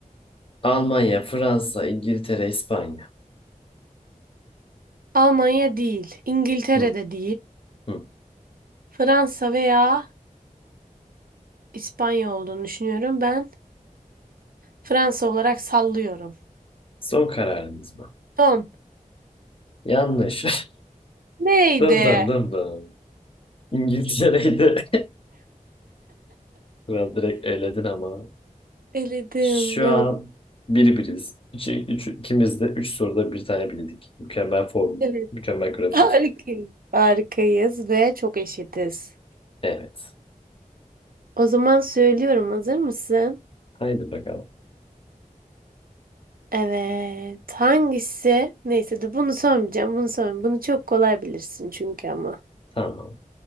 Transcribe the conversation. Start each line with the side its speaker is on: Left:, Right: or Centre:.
Left: Almanya, Fransa, İngiltere, İspanya.
Right: Almanya değil. İngiltere'de
Left: Hı,
Right: değil.
Left: hı.
Right: Fransa veya İspanya olduğunu düşünüyorum. Ben Fransa olarak sallıyorum.
Left: Son kararınız mı?
Right: Son.
Left: Yanlış. <laughs>
Right: Neydi?
Left: Dım dım dım dım. İngiltere'ydi. <laughs> Kral direkt eledin ama.
Right: Eledim.
Left: Şu
Right: Evet.
Left: an bir biriz. Üç, üç, ikimiz de üç soruda bir tane bildik. Mükemmel form,
Right: Evet.
Left: mükemmel grafik.
Right: Harikayız. Harikayız ve çok eşitiz.
Left: Evet.
Right: O zaman söylüyorum. Hazır mısın?
Left: Haydi bakalım.
Right: Evet. Hangisi? Neyse de bunu sormayacağım. Bunu sormayacağım. Bunu çok kolay bilirsin çünkü ama.
Left: Tamam.